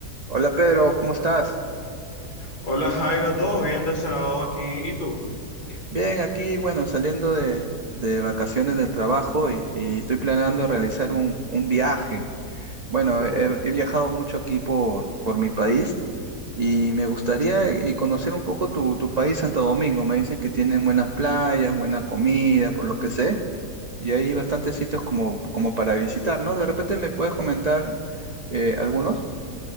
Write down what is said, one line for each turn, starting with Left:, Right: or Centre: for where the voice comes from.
Right: Hola Pedro, ¿cómo estás?
Left: Hola Jairo, ¿todo bien de ese lado aquí? ¿Y tú?
Right: Bien, aquí, bueno, saliendo de, de vacaciones del trabajo y, y estoy planeando realizar un, un viaje. Bueno,
Left: Uy.
Right: he, he viajado mucho aquí por, por mi país y me gustaría eh, conocer un poco tu, tu país, Santo Domingo. Me dicen que tienen buenas playas, buena comida, por lo que sé, y hay bastantes sitios como, como para visitar, ¿no? De repente me puedes comentar eh, algunos.